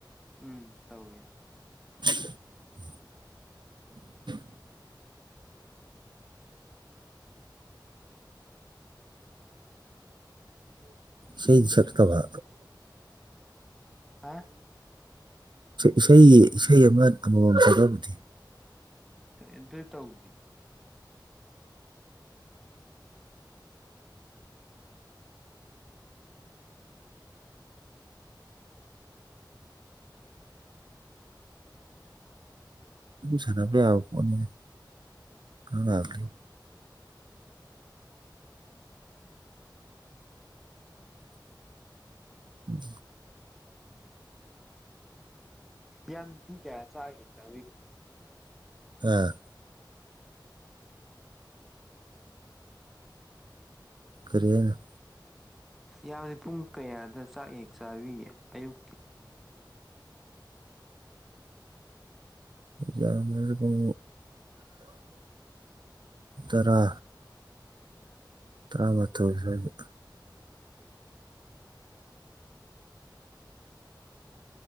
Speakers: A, in the centre; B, on the right.
A: ꯎꯝ ꯇꯧꯋꯦ
B: <inaudible> <inaudible> ꯁꯤ ꯁꯠꯀꯕ
A: ꯍꯥꯥ
B: ꯏꯁꯩꯒꯤ ꯏꯁꯩ ꯑꯃ ꯑꯃꯃꯝ ꯁꯕꯨꯗꯤ
A: ꯏꯟꯇ ꯇꯧꯗꯤ
B: ꯁꯥꯟꯅꯕꯅꯕ ꯌꯥꯕ ꯐꯣꯠꯅꯤꯗ ꯀꯔꯒ
A: ꯎꯝ
B: ꯎꯝ
A: ꯌꯥꯅ ꯄꯨꯨꯡ ꯀꯌꯥ ꯆ ꯍ ꯆ
B: ꯑꯝ ꯀꯔꯤꯅ
A: ꯌꯥꯕꯗꯤ ꯄꯨꯡ ꯀꯌꯥꯗ ꯆꯥꯛ ꯌꯦꯦꯛ ꯆꯥꯕꯤꯌꯦ ꯑꯌꯨꯛꯀꯤ
B: ꯌꯥꯀꯨꯝ ꯇꯔꯥ ꯇꯔꯥꯃꯥꯊꯣꯏ ꯁ꯭ꯋꯥꯏꯗ
A: ꯎꯝ